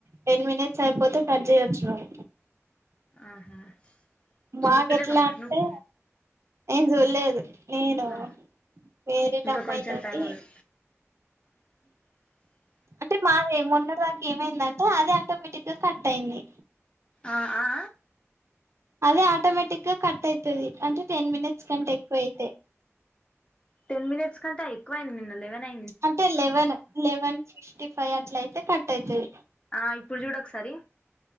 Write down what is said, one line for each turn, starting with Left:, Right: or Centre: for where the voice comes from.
Right: టెన్ మినిట్స్ అయిపోతే కట్ చేయొచ్చు నువ్వు
Left: ఆహా
Right: మాక
Left: చూత్తలేవా
Right: ఎట్లా
Left: మరి
Right: అంటే
Left: నువ్వు
Right: ఏం చూడలేదు నేను
Left: ఆ
Right: వేరేటమ్మాయి
Left: ఇంకా కొంచెం
Right: తోటి
Left: టైం ఉంది <inaudible>
Right: అంటే మాది ఏ మొన్నడ దాక ఏమైందంటే అది ఆటోమేటిక్ గా కట్ అయింది
Left: ఆ ఆ...
Right: అదే ఆటోమేటిక్ గా కట్ అయితది అంటే టెన్ మినిట్స్ కంటే ఎక్కువ అయితే
Left: టెన్ మినిట్స్ కంటే ఎక్కువయింది నిన్న లెవన్ అయిన్ది
Right: అంటే లెవెన్ లెవెన్ ఫిఫ్టీ ఫైవ్ అట్ల అయితే కట్ అయితది
Left: ఆ ఇప్పుడు చూడు ఒకసారి